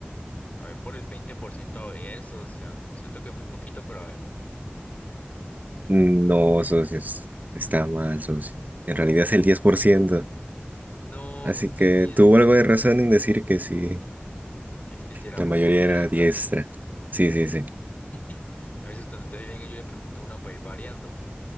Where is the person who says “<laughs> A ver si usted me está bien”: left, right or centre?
Left